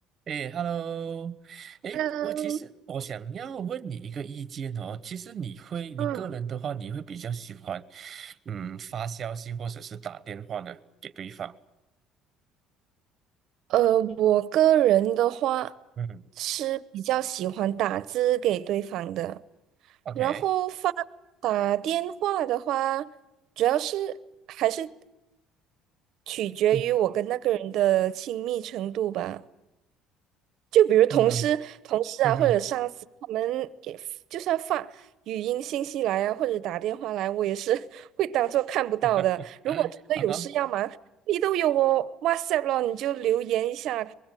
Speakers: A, on the right; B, on the right.
A: 诶 h e l l o 诶，
B: 嗯
A: 我其实我想要问你一个意见哦。其实你会，你个人的话，
B: 嗯，
A: 你会比较喜欢，嗯，发消息或者是打电话呢给对方。
B: 呃，我个人的话
A: 嗯
B: 是比较喜欢打字给对方的，
A: ，OK，
B: 然后发打电话的话，主要是还是取决于我跟那个人的亲密程度吧。
A: 嗯
B: 就比如同事、
A: 嗯
B: 同事啊，
A: 嗯哼，
B: 或者上司，他们给就算发语音信息来啊，或者打电话来，我也是 <laughs> 会当做看不到的。
A: <laughs>
B: 如果真的有事要忙，
A: 啊哈，
B: 你都有我 WhatsApp 了，你就留言一下